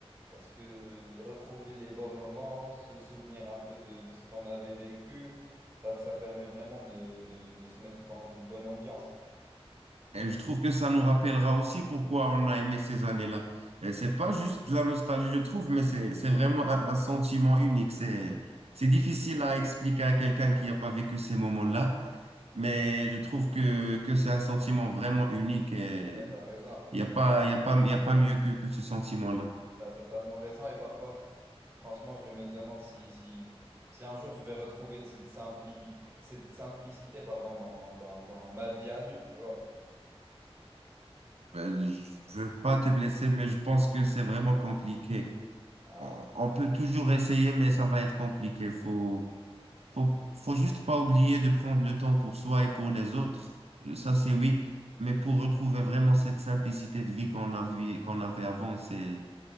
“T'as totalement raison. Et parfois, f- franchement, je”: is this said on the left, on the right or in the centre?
Right